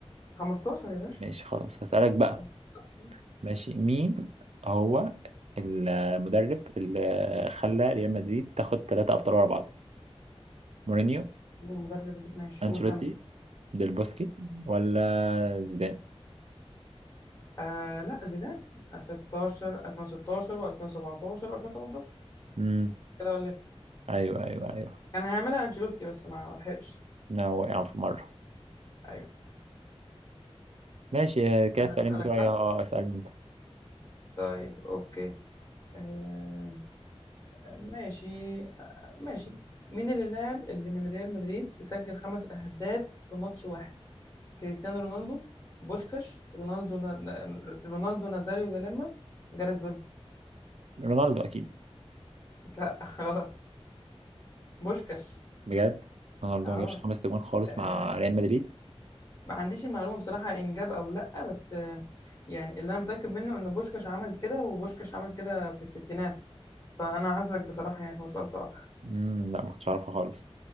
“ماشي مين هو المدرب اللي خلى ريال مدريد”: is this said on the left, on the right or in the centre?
Right